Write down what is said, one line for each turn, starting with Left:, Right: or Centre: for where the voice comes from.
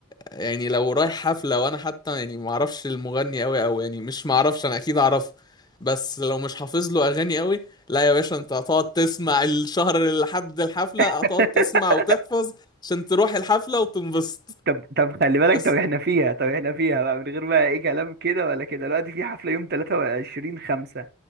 Left: يعني لو رايح حفلة وانا حتى يعني ما اعرفش المغني قوي او يعني مش ما اعرفش انا اكيد اعرفه بس لو مش حافظ له اغاني قوي لا يا باشا انت هتقعد تسمع الشهر لحد الحفلة
Right: <laughs>
Left: هتقعد تسمع وتحفظ عشان تروح الحفلة وتنبسط
Right: طب طب خلي بالك
Left: بس
Right: طب احنا فيها طب احنا فيها بقى من غير بقى ايه كلام كده ولا كده دلوقتي في حفلة يوم 23 5